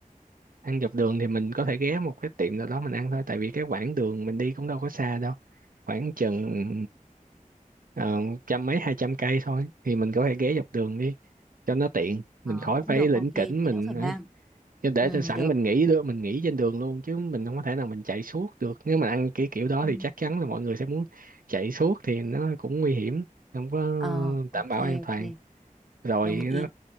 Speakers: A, on the right (about 75°); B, in the centre.
A: ăn dọc đường thì mình có thể ghé một cái tiệm nào đó mình ăn thôi tại vì cái quãng đường mình đi cũng đâu có xa đâu khoảng chừng ờ, trăm mấy hai trăm cây thôi thì mình có thể ghé dọc đường đi cho nó tiện mình
B: Ờ,
A: khỏi
B: cũng
A: phải
B: được,
A: lỉnh
B: ok,
A: kỉnh
B: thế
A: mình
B: đỡ phải
A: ấy
B: mang.
A: chứ để
B: Ừ,
A: cho sẵn
B: được.
A: mình nghỉ được mình nghỉ trên đường luôn chứ mình không có thể nào mình chạy suốt được nếu mình ăn cái kiểu đó
B: Ừ.
A: thì chắc chắn là mọi người sẽ muốn chạy suốt thì nó cũng nguy hiểm không có
B: Ờ, ok,
A: đảm bảo an toàn
B: ok,
A: rồi
B: đồng ý.